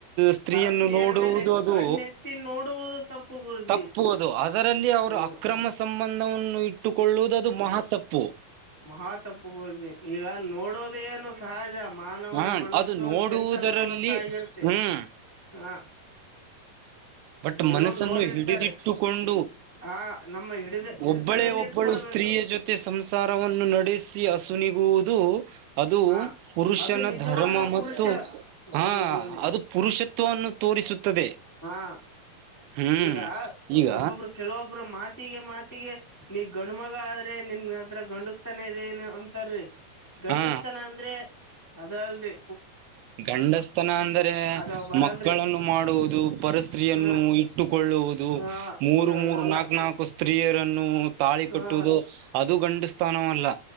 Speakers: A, on the right (about 85°); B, on the left (about 20°).
A: ಸ್ತ್ರೀಯನ್ನು
B: ಪರಸ್ತ್ರೀಯರ
A: ನೋಡುವುದು
B: ಮೇಲೆ
A: ಅದು
B: ಕಣ್ಣೆತ್ತಿ ನೋಡುವುದು ತಪ್ಪು ಗುರೂಜಿ
A: ತಪ್ಪುವ ಅದು ಆದ ಅರಲ್ಲಿ ಅವರು
B: ಹೌದು
A: ಅಕ್ರಮ ಸಂಬಂಧವನ್ನು ಇಟ್ಟುಕೊಳ್ಳುವುದುದು ಮಹಾ ತಪ್ಪು
B: ಮಹತ್ಪ್ಪು ಗುರೂಜಿ ಈಗ ನೋಡೋದ ಏನು ಸಹಜ ಮಾನವನ
A: ಹ
B: ಮನಸ್ಸು
A: ಅದು ನೋಡುವುದರಲ್ಲಿ
B: ಚಂಚಲ ಮನಸ್ಸು ಆಗಿರುತ್ತೆ
A: ಹ್ಮ್
B: ಹಾ
A: ಬಟ್
B: ಏನೋ
A: ಮನಸ್ಸನ್ನು
B: ನೋಡಿರ್ತಾರೆ
A: ಹಿಡಿದಿಟ್ಟುಕೊಂಡು
B: ಆ ನಮ್ಮ ಹಿಡಿದ ಹಿಡ್ತದಲ್ಲಿ
A: ಒಬ್ಬಳೇ ಒಬ್ಬಳು
B: ಇಟ್ಕೊಳ್ಬೇಕು
A: ಸ್ತ್ರೀಯ ಜೊತೆ ಸಂಸಾರವನ್ನು ನಡೆ ಹಸುನಿಗುವುದು ಅದು
B: ಹಾ
A: ಪುರುಷನ
B: ಅದು ನಿಜವಾದ
A: ಧರ್ಮ ಮತ್ತು
B: ಪುರುಷ ಹೌದು
A: ಹಾ
B: ಗುರೂಜಿ
A: ಅದು ಪುರುಷತ್ವವನ್ನು ತೋರಿಸುತ್ತದೆ
B: ಹ
A: ಹ್ಮ್
B: ಈಗ
A: ಈಗ
B: ಒಬ್ಬೊಬ್ರು ಕೆಲವೊಬ್ರು ಮಾ ಮಾತಿಗೆ ಮಾತಿಗೆ ನೀಗ್ ಗಂಡ ಮಗ ಆದ್ರೆ ನಿನ್ ಅತ್ರ ಗಂಡಿಸ್ತಾನ ಇದೇಏನು ಒಂತರರಿ ಗಂಡಸ್ತನ
A: ಹಾ
B: ಅಂದ್ರೆ ಅದ ಅಲ್ರರಿ
A: ಗಂಡಸ್ತನ ಅಂದರೆ
B: ಅದ ಬರಲ್ರಿ
A: ಮಕ್ಕಳನ್ನು ಮಾಡ ಮಾಡುವುದು ಪರಸ್ತ್ರೀಯನ್ನು
B: ಹ್ಮ
A: ಇಟ್ಟುಕೊಳ್ಳುವುದು
B: ಹಾ
A: ಮೂರು
B: ಇದು ಅದಲ್ಲ
A: ಮೂರು ನಾಕು ನಾಲ್ಕು ಸ್ತ್ರೀಯರನ್ನು ತಾಳಿ
B: ಹಾ
A: ಕಟ್ಟುದು ಅದು ಗಂಡ ಸ್ಥಾನವ ಅಲ್ಲ